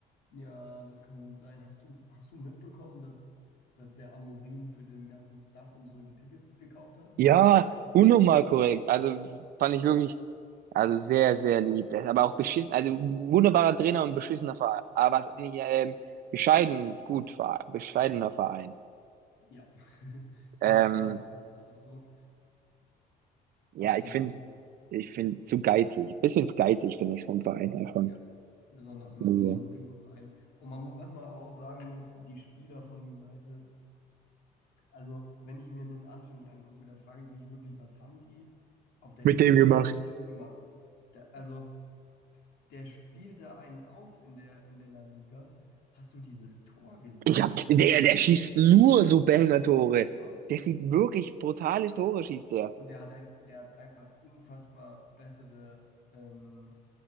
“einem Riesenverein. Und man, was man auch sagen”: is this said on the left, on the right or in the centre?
Left